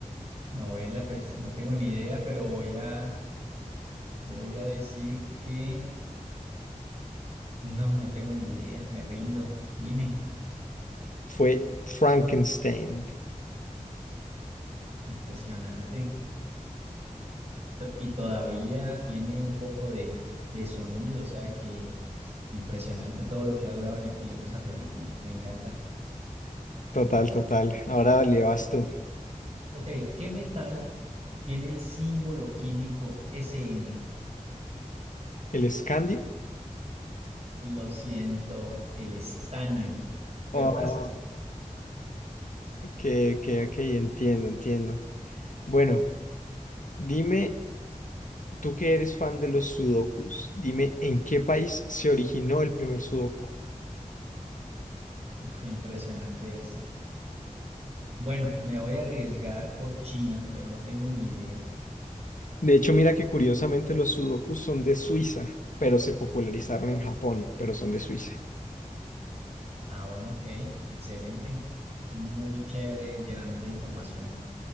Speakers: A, on the right; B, on the left.
A: Novela, pues no tengo ni idea, pero voy a, voy a decir que no, no tengo ni idea, me rindo. Dime.
B: Fue Frankenstein.
A: Impresionante. to- y todavía tiene un poco de, de sonido, o sea que impresionante todo lo que ha durado en el tiempo esa película, me encanta.
B: Total,
A: Mm.
B: total. Ahora le vas tú.
A: Ok, ¿qué metal tiene el símbolo químico SN?
B: ¿El Scandi?
A: Lo siento, el estaño, pero
B: Oh,
A: casi.
B: ok, ok, ok, entiendo, entiendo. Bueno, dime, tú que eres fan de los sudokus, dime en qué país se originó el primer sudoku.
A: Uf, impresionante eso. Bueno, me voy a arriesgar por China, pero no tengo ni idea.
B: De hecho, mira que curiosamente los sudokus son de Suiza, pero se popularizaron en Japón, pero son de Suiza.
A: Ah, bueno, ok, excelente. Muy chévere llenarnos de información